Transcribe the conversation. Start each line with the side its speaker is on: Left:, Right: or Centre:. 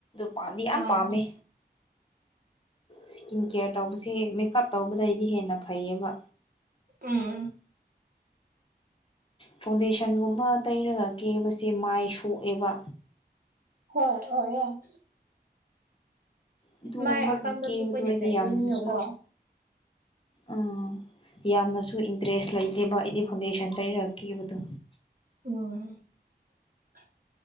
Left: ꯄꯥꯝꯗꯤ ꯌꯥꯝ
Right: ꯎꯝ
Left: ꯄꯥꯝꯃꯦ ꯏꯁꯀꯤꯟ ꯀꯦꯌꯔ ꯇꯧꯕꯁꯦ ꯃꯦꯀꯞ ꯇꯧꯕꯗꯩꯗꯤ ꯍꯦꯟꯅ ꯐꯩꯌꯦꯕ
Right: ꯎꯝ
Left: ꯐꯥꯎꯟꯗꯦꯁꯟꯒꯨꯝꯕ ꯇꯩꯔꯒ ꯀꯦꯕꯁꯦ ꯃꯥꯏ ꯁꯣꯛꯑꯦꯕ
Right: ꯍꯣꯏ ꯍ ꯌꯥꯔ
Left: ꯑꯗꯨꯒꯨꯝꯕꯒꯤ
Right: ꯃꯥꯏ ꯑꯀꯟꯕ
Left: ꯀꯦꯕꯗꯣ
Right: ꯃꯤ ꯀꯣꯏꯅ
Left: ꯑꯩꯗꯤ
Right: ꯆꯥꯏ
Left: ꯌꯥꯝꯅꯁꯨ
Right: ꯂꯅꯤꯀꯣ
Left: ꯎꯝ ꯌꯥꯝꯅꯁꯨ ꯏꯟꯇꯔꯦꯁ ꯂꯩꯇꯦꯕ ꯑꯩꯗꯤ ꯐꯥꯎꯟꯗꯦꯁꯟ ꯇꯩꯔꯒ ꯀꯦꯕꯗꯣ
Right: ꯑꯣ